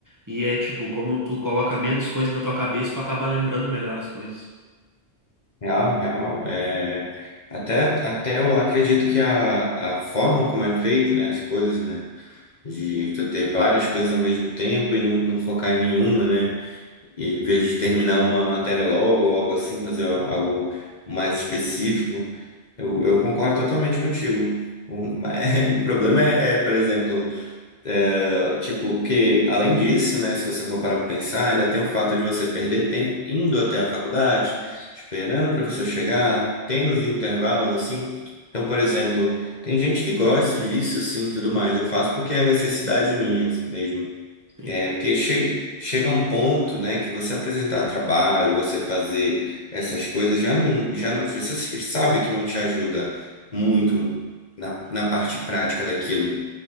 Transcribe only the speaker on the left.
Real, real. É, até, até eu acredito que a, a forma como é feito, né, as coisas, né, de tu ter várias coisas ao mesmo tempo e não, não focar em nenhuma, né, e em vez de terminar uma matéria logo ou algo assim, fazer algo mais específico, eu, eu concordo totalmente contigo. O, ma- <laughs> o problema é, é, por exemplo, eh, tipo, porque além disso, né, se você for parar para pensar, ainda tem o fato de você perder tempo indo até a faculdade,
esperando o professor chegar, tendo os intervalos, assim. Então, por exemplo, tem gente que gosta disso, assim, e tudo mais. Eu faço porque é necessidade minha mesmo.
É, porque chega, chega um ponto, né, que você apresentar trabalho, você fazer essas coisas, já não, já não, você se- sabe que não te ajuda muito na, na parte prática daquilo,